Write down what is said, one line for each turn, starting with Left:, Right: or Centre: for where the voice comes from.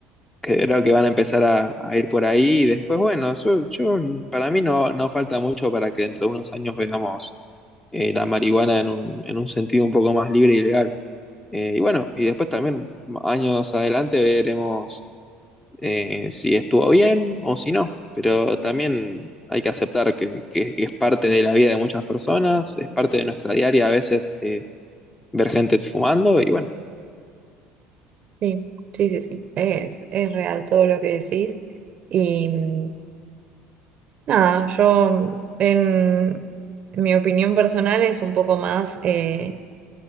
Left: Que creo que van a empezar a, a ir por ahí y después, bueno, yo, yo para mí no, no falta mucho para que dentro de unos años veamos eh, la marihuana en un, en un sentido un poco más libre y legal. Eh, y bueno, y después también años adelante veremos eh, si estuvo bien o si no, pero también hay que aceptar que, que- que es parte de la vida de muchas personas, es parte de nuestra diaria a veces eh, ver gente fumando y bueno,
Right: Sí, sí, sí, sí. Es, es real todo lo que decís. Y mm, nada, yo en mi opinión personal es un poco más, eh,